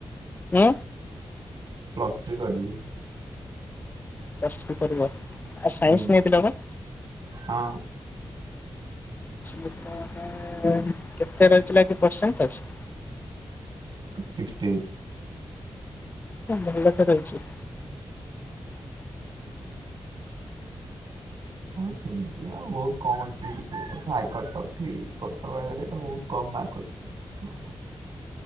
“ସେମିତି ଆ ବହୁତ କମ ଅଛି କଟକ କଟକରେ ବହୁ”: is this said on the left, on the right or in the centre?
Right